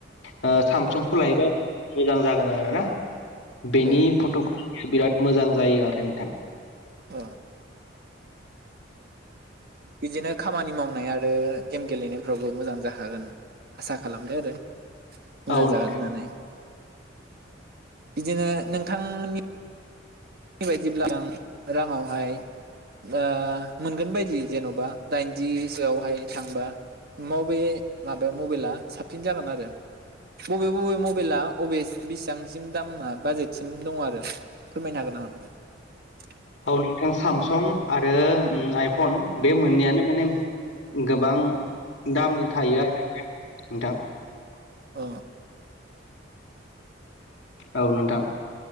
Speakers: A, on the left (about 70°); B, on the right (about 55°).
A: ओ सामसुंखौ लायोबाबो मोजां जागोन आरोना बेनि
B: अ
A: फट' बिराद मोजां जायो आरो नोंथां
B: अ बिदिनो खामानि मावनाय आरो गेम गेलेनायफ्रावबो मोजां जाखागोन आसा खालामदो आरो मोजां
A: औ
B: जागोन
A: नोंथां
B: होननानै बिदिनो नोंथांमोननि बादिब्ला आं राङावहाय ओ मोनगोन बायदि जेन'बा दाइनजिसोआवहाय थांबा बबे माबाया मबाइला साबसिन जागोन आरो बबे बबे मबाइला बबे बिसिबांसिम दामा बाजेटसिम दङ आरो फोरमायनो हागोन नामा? <inaudible>
A: औ नोंथां सामसं आरो ओ आइफन बे मोननैयानो माने गोबां दामनि थायो आरो नोंथां
B: अ
A: औ नोंथां